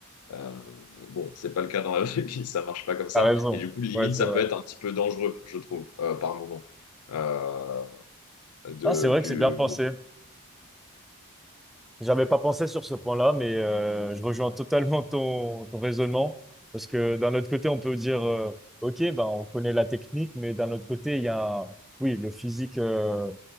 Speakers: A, on the left (about 80°); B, in the centre.
A: euh, bon c'est pas le cas dans la vraie vie ça marche pas comme ça
B: t'as raison.
A: et du coup limite
B: Ouais, c'est
A: ça
B: vrai.
A: peut être un petit peu dangereux je trouve euh, par moment Euh, de,
B: Ah, c'est vrai
A: que,
B: que c'est bien pensé. J'avais pas pensé sur ce point-là, mais euh, je rejoins totalement ton, ton raisonnement. Parce que d'un autre côté, on peut dire, euh, OK, ben, on connaît la technique, mais d'un autre côté, il y a, un- oui, le physique euh,